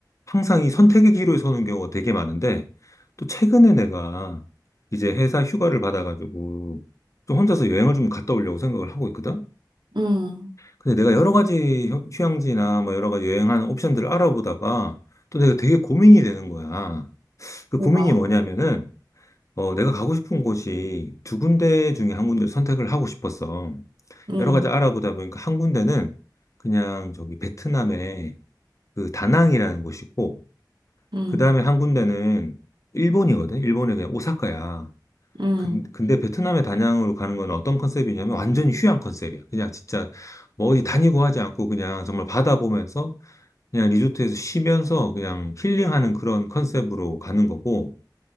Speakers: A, on the left; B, on the right.
A: 항상 이 선택의 기로에 서는 경우가 되게 많은데 또 최근에 내가 이제 회사 휴가를 받아가지고 좀 혼자서 여행을 좀 갔다 오려고 생각을 하고 있거든.
B: 음,
A: 근데 내가 여러 가지 휴- 휴양지나 뭐 여러 가지 여행하는 옵션들을 알아보다가 또 내가 되게 고민이 되는 거야. 그
B: 뭐가?
A: 고민이 뭐냐면은 어, 내가 가고 싶은 곳이 두 군데 중에 한 군데를 선택을 하고 싶었어.
B: 음,
A: 여러 가지 알아보다 보니까 한 군데는 그냥 저기 베트남의 그 다낭이라는 곳이고,
B: 음,
A: 그 다음에 한 군데는 일본이거든. 일본의 그냥 오사카야.
B: 음.
A: 근- 근데 베트남의 다낭으로 가는 건 어떤 컨셉이냐면 완전히 휴양 컨셉이야. 그냥 진짜 뭐 어디 다니고 하지 않고 그냥 정말 바다 보면서 그냥 리조트에서 쉬면서 그냥 힐링하는 그런 컨셉으로 가는 거고,